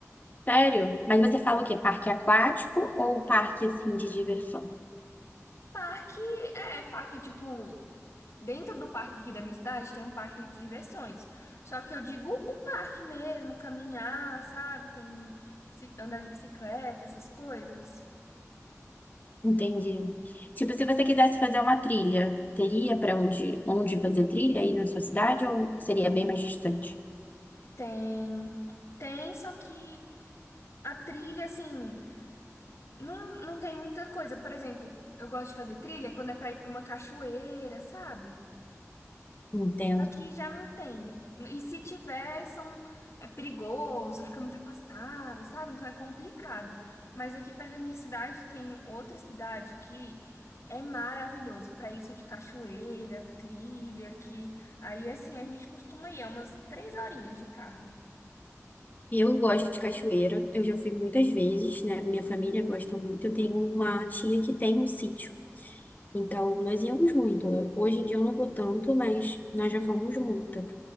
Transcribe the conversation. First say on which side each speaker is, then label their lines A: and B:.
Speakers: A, on the left; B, on the left.
A: Sério? Mas você fala o quê? Parque aquático ou parque, assim, de diversão?
B: Parque, é, parque, tipo, dentro do parque aqui da minha cidade tem um parque de diversões. Só que eu digo o parque mesmo, caminhar, sabe? Tem bici- andar de bicicleta, essas coisas.
A: Entendi. Tipo, se você quisesse fazer uma trilha, teria para onde, onde fazer trilha aí na sua cidade ou seria bem mais distante?
B: Tem, tem, só que a trilha, assim, não, não tem muita coisa. Por exemplo, eu gosto de fazer trilha quando é pra ir pra uma cachoeira, sabe?
A: Entendo.
B: Aqui já não tem. E se tiver, são, é perigoso, fica muito afastado, sabe? Então é complicado. Mas aqui perto da minha cidade tem outra cidade que é maravilhoso pra isso de cachoeira, trilha, que aí assim a gente costuma ir, é umas três horinhas de carro.
A: Eu gosto de cachoeira, eu já fui muitas vezes, né? Minha família gosta muito. Eu tenho uma tia que tem um sítio. Então, nós íamos muito. Hoje em dia eu não vou tanto, mas nós já fomos muito.